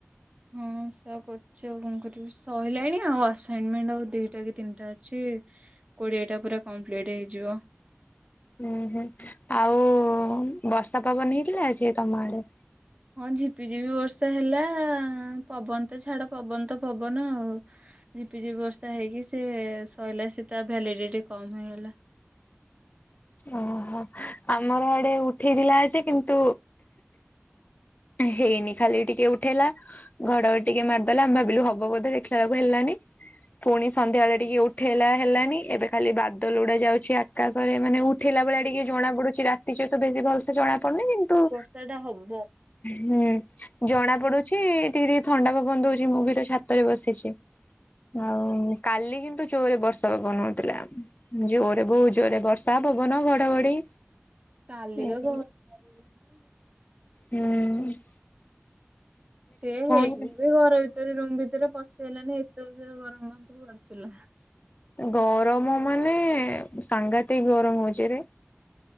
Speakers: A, on the right; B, on the left.
A: ହଁ ସେଇୟା କହୁ ଛି ଆଉ କଣ କରିବି ସରିଲାଣି ଆଉ ଆସାଇନମେଣ୍ଟ ଆଉ ଦିଟା କି ତିନିଟା ଅଛି କୋଡ଼ିଏଟା ପୁରା କମ୍ପ୍ଲିଟ୍ ହେଇଯିବ।
B: ହୁଁ ହୁଁ ଆଉ ବର୍ଷା ପବନ ହେଇଥିଲା ସେ ତମ ଆଡେ?
A: ହଁ ଝିପିଝିପି ବର୍ଷା ହେଲା ପବନ ତ ଛାଡ ପବନ ତ ପବନ ଆଉ। ଝିପି ଝିପି ବର୍ଷା ହେଇକି ସେ ସଇଲା ସେ ତା ଭାଲିଡିଟି କମିଗଲା।
B: ଓହୋ ଆମର ଆଡେ ଉଠେଇଥିଲା ଯେ କିନ୍ତୁ ହେଇନି ଖାଲି ଟିକେ ଉଠେଇଲା ଘଡଘଡି ଟିକେ ମାରିଦେଲା ଆମେ ଭାବିଲୁ ହବ ବୋଧେ ଦେଖିଲାବେଳକୁ ହେଲାନି ପୁଣି ସନ୍ଧ୍ୟାବେଳେ ଟିକେ ଉଠେଇଲା ହେଲାନି ଏବେ ଖାଲି ବାଦଲ ଉଡା ଯାଉଛି ଆକାଶରେ ମାନେ ଉ ଠିଲା ଭଳିଆ ଟିକେ ଜଣା ପଡୁଛି ରାତି ସହିତ ବେଶୀ ଭଲସେ ଜଣା ପଡୁନି କିନ୍ତୁ
A: ସେଇଟା ହବ।
B: ହୁଁ। ଜଣା ପଡୁଛି ଟିକେ ଟିକେ ଥଣ୍ଡା ପବନ ଦଉଛି ମୁଁ ବି ତ ଛାତରେ ବସିଛି। ଆଉ କାଲି କିନ୍ତୁ ଜୋରରେ ବର୍ଷା ପବନ ହଉଥିଲା। ଜୋରରେ ବହୁ ଜୋରରେ ବର୍ଷା ପବନ ଘଡଘଡି
A: କାଲି
B: ହୁଁ
A: କା ଘଡ୍ ଚାଲିଲାଣି ଆ
B: ହୁଁ।
A: ସିଏ ହେଇି
B: ହଉଛି।
A: ବି ଘର ଭିତରେ ରୁମ ଭିତରେ ପଶି ହେଲାନି ଏତେ ଜୋରସେ ଗରମ ଫରମ ଲାଗୁଥିଲା।
B: ଗରମ ମାନେ ସାଂଘାତିକ ଗରମ ହଉଚି ରେ।